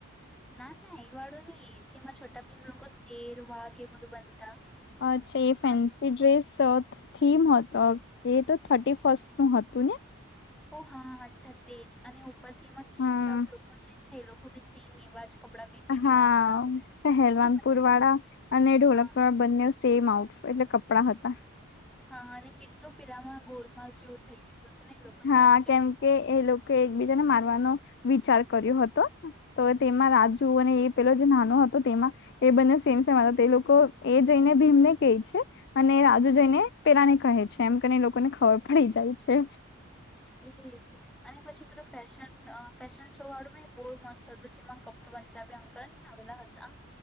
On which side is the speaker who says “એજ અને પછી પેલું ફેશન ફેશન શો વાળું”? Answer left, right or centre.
Centre